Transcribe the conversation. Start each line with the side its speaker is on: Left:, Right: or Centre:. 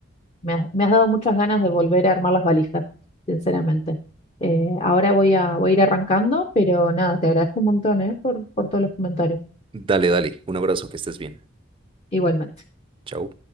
Left: Me has, me has dado muchas ganas de volver a armar las valijas, sinceramente. Eh, ahora voy a, voy a ir arrancando, pero nada, te agradezco un montón, eh, por, por todos los comentarios.
Right: Dale, dale, un abrazo, que estés bien.
Left: Igualmente.
Right: Chao.